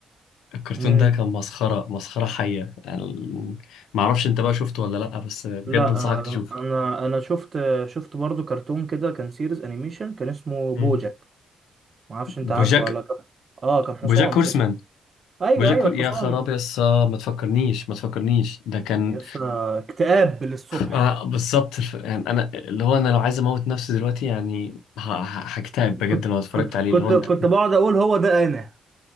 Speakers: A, on the left (about 85°); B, on the right (about 45°).
A: الكرتون
B: امم
A: ده كان مسخرة مسخرة حية يعني ال- معرفش أنت بقى شفته ولا لأ بس بجد
B: لا
A: أنصحك
B: آه،
A: تشوفه
B: انا انا شفت شفت برضو كرتون كده كان سيريز انيميشن كان اسمه
A: مم.
B: بوجاك ما اعرفش انت
A: بوجاك
B: عارفه ولا لا كان- اه كان حصان
A: بوجاك هورسمان
B: كده ايوه
A: بوجاكل
B: ايوه الحصان
A: يا خراب يسا ما تفكرنيش ما تفكرنيش ده كان
B: يس آه، اكتئاب للصبح
A: آه بالظبط الف... يعني انا اللي هو انا لو عايز اموت نفسي دلوقتي يعني ه- ه- هكتئب بجد
B: كنت
A: لو اتفرجت
B: كنت كنت
A: عليه اللي هو انت
B: كنت بقعد اقول هو ده انا